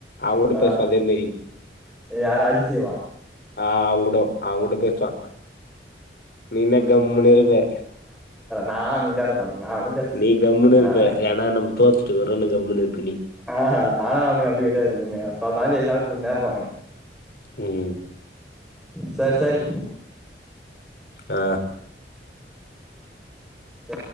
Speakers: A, on the left; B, in the centre.
A: அவங்க கூட
B: ஆ
A: பேசு அதே மேரி
B: யாரு அதிசயமா
A: ஆ அவங்கூடோ அவங்கூட பேசுவா நீன கம்முனு இருப்ப
B: நாளா அமைதியா இருப்ப நா <unintelligible>
A: நீ கம்முனு இருப்ப
B: ஆனா
A: ஏன்னா நம்ம தோத்துட்டு வரோன்னு கம்முனு இருப்ப நீ
B: அ அ ஆனா அவனுக்கு அப்டி கிடையாது நீ தோத்தாலும் ஜெயிச்சாலும் கூப்டுனே இருபானுங்க
A: உம்
B: சரி சரி
A: ஆ
B: ச